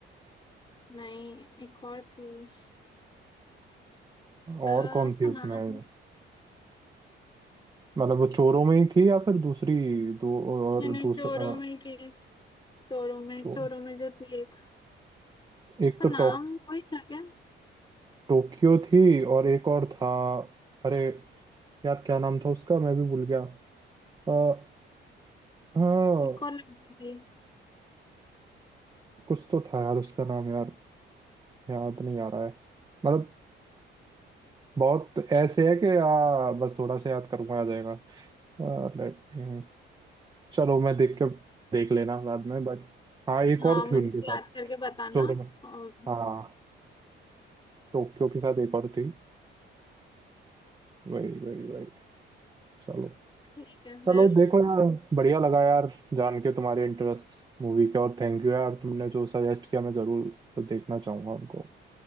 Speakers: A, on the left; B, on the right.
A: नहीं एक और थी अ,
B: और कौन
A: उसका
B: थी उसमें
A: नाम
B: मतलब वो चोरों में ही थी या फिर दूसरी दो और
A: नहीं नहीं
B: दूसरा
A: चोरों में ही थी चोरों में
B: चोर
A: चोरों में जो थी एक उसका
B: एक तो
A: नाम
B: टो,
A: वही था क्या
B: टोक्यो थी और एक और था अरे यार क्या नाम था उसका मैं भी भूल गया आ, हाँ
A: एक और लड़की थी
B: कुछ तो था यार उसका नाम यार याद नहीं आ रहा है मतलब बहुत ऐसे है कि आ, बस थोड़ा सा याद करूंगा आ जाएगा आ, let me- चलो मैं देख के देख लेना बाद में बट हाँ एक
A: हाँ
B: और
A: मुझे
B: थी उनके साथ
A: याद करके बताना
B: शोरूम में
A: और
B: हाँ टोक्यो के साथ एक और थी वही वही वही चलो
A: ठीक है फिर
B: चलो देखो यार बढ़िया लगा यार जान के तुम्हारे इंटरेस्ट मूवी के और थैंक यू यार तुमने जो सजेस्ट किया मैं जरूर देखना चाहूंगा उनको